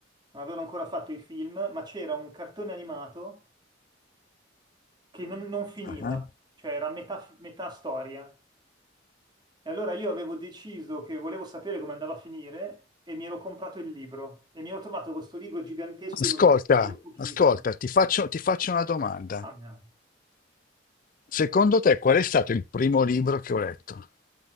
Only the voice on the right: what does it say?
avevano ancora fatto i film, ma c'era un cartone animato che non, non finiva,
cioè era metà, fi- metà storia. E allora io avevo deciso che volevo sapere come andava a finire e mi ero comprato il libro e mi ero trovato questo libro gigantesco,
io non leggevo pochissimo.
Mamma mia.